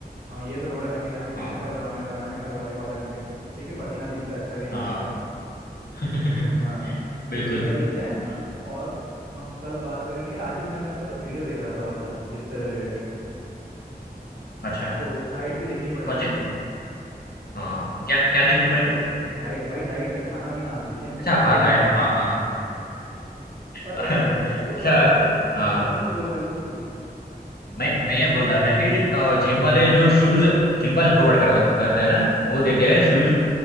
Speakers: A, on the right; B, on the left.
A: हाँ ये तो कपड़े पहन के जा नहीं सकते
B: हाँ
A: पजामे वजामे घर वाले कॉटन के ठीक है पसीना दिखता है अच्छा भी नहीं
B: हाँ
A: लगता
B: <laughs>
A: ठीक है हाँ
B: बिल्कुल
A: तो ये कर लेते हैं
B: हाँ,
A: और हम कल बात करेंगे आज ही मैं मैंने पता है वीडियो देख रहा था बहुत सारी जिम से रिलेटेड
B: अच्छा
A: तो डाइट भी देखनी पड़ेगी
B: कौन
A: हमें
B: सी हाँ क्या क्या देखनी पड़ेगी
A: डाइट भाई डाइट खाना पीना भी जिम
B: अच्छा
A: खाए
B: हाँ
A: बिना
B: डाइट हाँ हाँ हाँ
A: पता
B: हाँ
A: तुझे
B: <laughs>
A: तुझे
B: अच्छा
A: पता है कुछ
B: हाँ
A: हाँ बता तू बोल पहले तू बोल
B: मैं मैं ये बोल रहा था कि जिम वाले जो शूज जिम वाले प्रोवाइड कर, करते हैं ना वो देते हैं शूज